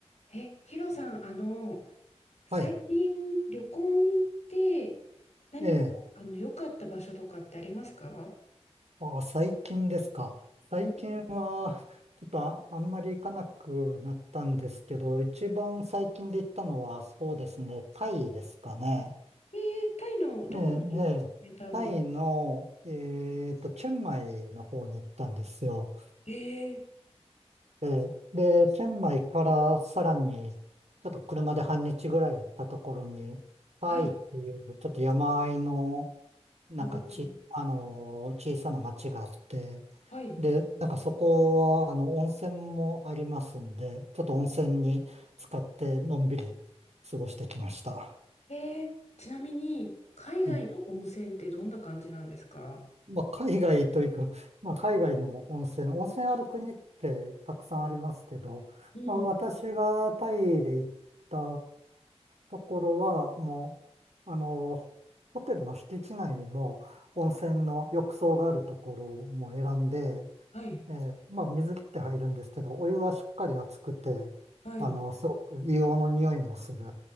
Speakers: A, on the left (about 85°); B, on the right (about 75°).
A: え、ヒロさん、あの、最近旅行に行って、
B: はい。
A: 何か、
B: ええ。
A: あの、良かった場所とかってありますか
B: あ、最近ですか。最近は、
A: うん
B: ちょっとあ、あんまり行かなくなったんですけど、一番最近で行ったのは、そうですね、タイですかね。
A: えー、タイのどこに行かれたんですか
B: ええ、ええ。タイの、えっと、チェンマイの方に行ったんですよ。
A: えー、
B: ええ。で、チェンマイからさらに、ちょっと車で半日ぐらい行ったところに、タイっていう、
A: はい。
B: ちょっと山あいの、なんかち、
A: おー、
B: あのー小さな町があって、
A: はい。
B: で、なんかそこは、あの、温泉もありますんで、ちょっと温泉に使ってのんびり過ごしてきました。
A: えー、ちなみに、海外の温泉ってどんな感じなんですか
B: ええまあ、海外というか、まあ、海外の温泉、温泉ある国ってたくさんありますけど、
A: うん、
B: まあ、私がタイで行ったところは、もう、あのホテルの敷地内にも温泉の浴槽があるところも選んで、
A: はい、
B: ええ、まあ水切って入るんですけど、お湯はしっかり熱くて、
A: はい。
B: あの、すごく硫黄の匂いもする、